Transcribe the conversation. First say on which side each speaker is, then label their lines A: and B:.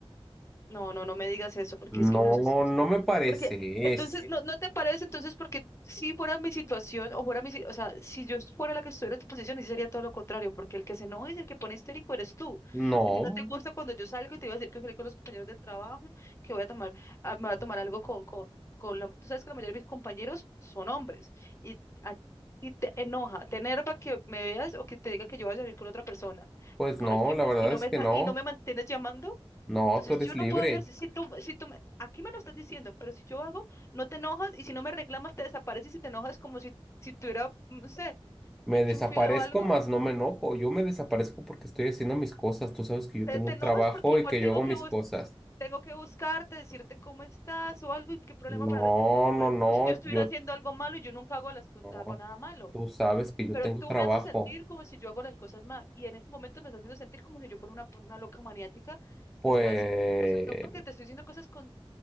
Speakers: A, on the left; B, in the centre.
A: No, no, no me digas eso, porque
B: No,
A: es que no es así.
B: no me parece,
A: Porque, entonces,
B: es,
A: ¿no, no te parece? Entonces, porque si fuera mi situación, o fuera mi, si- o sea, si yo fuera la que estuviera en tu posición, sí sería todo lo contrario, porque el que se enoja y el que pone histérico eres tú.
B: no,
A: Si a ti no te gusta cuando yo salgo y te voy a decir que salí con los compañeros del trabajo, que voy a tomar, ah, me voy a tomar algo con, con, con la, tú sabes que la mayoría de mis compañeros son hombres, y a ti te enoja, te enerva que me veas o que te diga que yo voy a salir con otra persona,
B: pues
A: con
B: no,
A: los chicos,
B: la verdad
A: y no
B: es
A: me,
B: que
A: está-
B: no,
A: y no me mantienes llamando.
B: no,
A: Entonces,
B: tú eres
A: yo
B: libre.
A: no puedo hacer, si si tú, si tú, me- aquí me lo estás diciendo, pero si yo hago, no te enojas y si no me reclamas, te desapareces y te enojas como si, si tuviera, no sé,
B: Me
A: hecho
B: desaparezco,
A: un fiel o algo.
B: más no me enojo. Yo me desaparezco porque estoy haciendo mis cosas. Tú sabes que yo
A: Te,
B: tengo
A: te
B: un
A: enojas
B: trabajo
A: porque igual
B: y que
A: tengo
B: yo hago
A: que,
B: mis
A: bus-
B: cosas.
A: tengo que buscarte, decirte cómo estás o algo y qué problema para
B: No,
A: hablarte. Y tú por
B: no,
A: eso,
B: no,
A: como si yo estuviera
B: yo
A: haciendo algo malo y yo nunca hago las cosas, hago
B: no.
A: nada malo.
B: Tú sabes que yo
A: Pero
B: tengo
A: tú
B: trabajo.
A: me haces sentir como si yo hago las cosas mal. Y en este momento me estás haciendo sentir como si yo fuera una, una loca maniática
B: Pues
A: que está diciendo cosas, no porque te estoy diciendo cosas con...